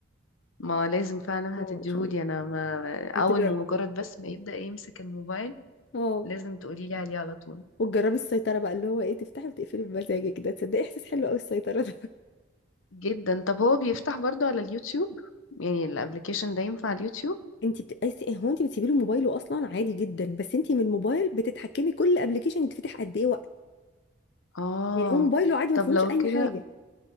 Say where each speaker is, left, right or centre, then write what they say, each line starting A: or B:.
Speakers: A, on the left; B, on the left.
A: ما لازم فعلا
B: اه
A: هتديهولي
B: عشان
A: انا ما اول
B: انت
A: ما مجرد بس ما يبدأ يمسك الموبايل
B: اه
A: لازم تقولي لي عليه على طول
B: وتجربي السيطرة بقى اللي هو ايه تفتحي وتقفلي بمزاجك ده تصدقي احساس حلو قوي السيطرة ده
A: جدا طب هو بيفتح برضه على اليوتيوب يعني الابليكيشن ده ينفع على اليوتيوب
B: <laughs> انت بتقيسي هو انت بتسيبي له موبايله اصلا عادي جدا بس انت من الموبايل بتتحكمي كل ابلكيشن يتفتح قد ايه وقت
A: اه
B: يعني هو موبايله عادي ما
A: طب
B: فيهوش
A: لو
B: اي
A: كده
B: حاجة